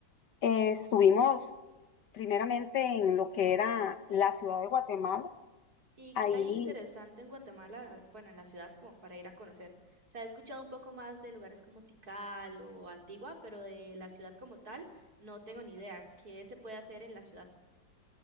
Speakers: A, on the left; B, on the right.
A: Eh, estuvimos primeramente en lo que era la ciudad de Guatemala,
B: y
A: ahí,
B: qué hay interesante en Guatemala, bueno, en la ciudad como para ir a conocer. O sea, he escuchado un poco más de lugares como Tikal o Antigua, pero de la ciudad como tal no tengo ni idea. ¿Qué se puede hacer en la ciudad?